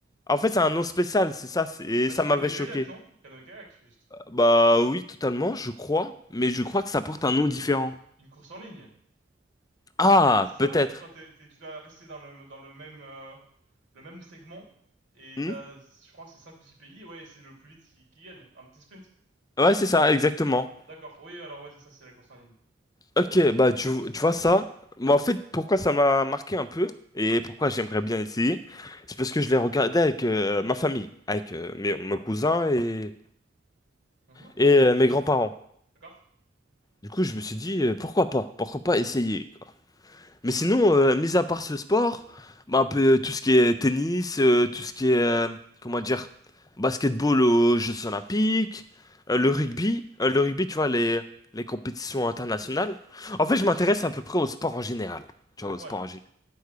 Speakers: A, on the left; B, on the right.
A: En fait, c'est un nom spécial, c'est ça.
B: C'est,
A: c'est- Et
B: bah,
A: ça
B: c'est
A: m'avait
B: canoë-kayak,
A: choqué.
B: non? Canoë-kayak, juste.
A: Bah oui, totalement, je crois. Mais je crois que ça porte un nom différent.
B: Une course en ligne.
A: Ah,
B: C'est, c'est ça,
A: peut-être.
B: non? Quand t'es, t'es- tu dois rester dans le, dans le même, euh, le même segment. Et
A: Hmm
B: t'as, je crois, c'est cinq ou six pays. Ouais, et c'est le plus vite qui, qui gagne. Un petit sprint.
A: Ouais, c'est ça, exactement.
B: D'accord. Oui, alors ouais, c'est ça, c'est la course en ligne.
A: Ok, bah tu, tu vois ça, moi en fait pourquoi ça m'a marqué un peu et pourquoi j'aimerais bien essayer, c'est parce que je l'ai regardé avec euh, ma famille, avec euh, mes, mes cousins et,
B: Mhm,
A: et euh, mes grands-parents.
B: D'accord?
A: Du coup je me suis dit euh, pourquoi pas, pourquoi pas essayer. Mais
B: mhm,
A: sinon, euh, mis à part ce sport, bah, un peu euh, tout ce qui est tennis, euh, tout ce qui est, euh, comment dire, basketball aux Jeux Olympiques, euh, le rugby,
B: Ok.
A: euh, le rugby, tu vois, les, les compétitions internationales. En fait, je
B: mhm.
A: m'intéresse à peu près au sport en général. Tu vois,
B: Ouais.
A: au sport en général.